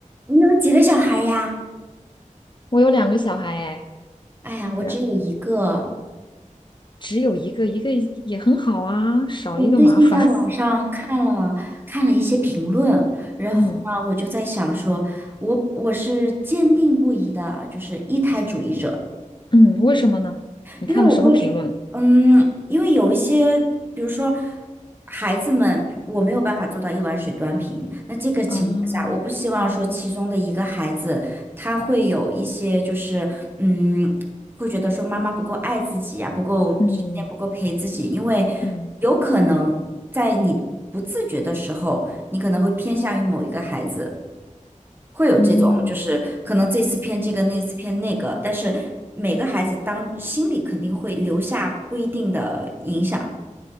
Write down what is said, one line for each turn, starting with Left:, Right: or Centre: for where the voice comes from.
Right: 你有几个小孩呀？
Left: 我有两个小孩哎，
Right: 哎呀，我只有一个。
Left: 然只有一个，一个也很好啊，少一个麻烦。
Right: 我最近在网上看了看了一些评论，
Left: <laughs>
Right: 然后呢，
Left: 嗯
Right: 我就在想说，我我是坚定不移的，就是一胎主义者。
Left: 嗯，为什么呢？你看了什么评论
Right: 因为我会觉，嗯，因为有一些，比如说孩子们，我没有办法做到一碗水端平。那这个情况下，
Left: 啊？
Right: 我不希望说其中的一个孩子他会有一些就是，嗯，会觉得说妈妈不够爱自己啊，不够时间不够陪自己，
Left: 嗯
Right: 因为
Left: 嗯
Right: 有可能在你不自觉的时候，你可能会偏向于某一个孩子。会有这种，
Left: 嗯
Right: 就是可能这次偏这个，那次偏那个，但是每个孩子当心里肯定会留下不一定的影响，